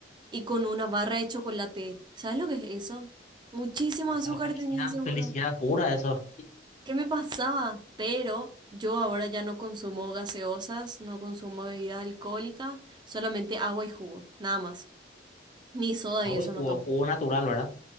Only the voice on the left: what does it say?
Esa es felicidad,
felicidad pura, eso.
Agua
y jugo,
jugo natural, ¿verdad?